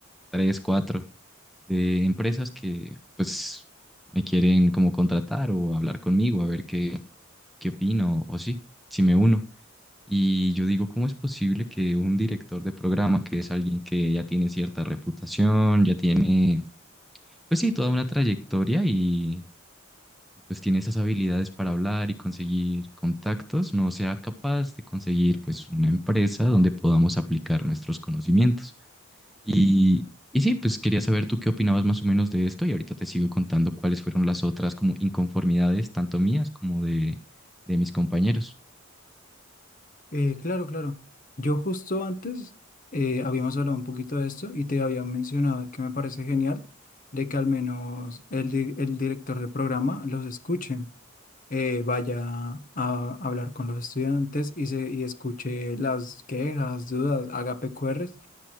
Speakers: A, in the centre; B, on the left.
A: tres, cuatro, de empresas que pues me quieren como contratar o hablar conmigo, a ver qué, qué opino o sí, si me uno. Y yo digo, ¿cómo es posible que un director de programa, que es alguien que ya tiene cierta reputación, ya tiene, pues sí, toda una trayectoria y, y pues tiene esas habilidades para hablar y conseguir contactos, no sea capaz de conseguir pues una empresa donde podamos aplicar nuestros conocimientos? Y, y sí, pues quería saber tú qué opinabas más o menos de esto y ahorita te sigo contando cuáles fueron las otras como inconformidades, tanto mías como de, de mis compañeros.
B: Eh, claro, claro. Yo justo antes eh, habíamos hablado un poquito de esto y te había mencionado que me parece genial de que al menos el, di- el director de programa los escuche. eh, vaya a hablar con los estudiantes y, se, y escuche las quejas, dudas, haga PQRs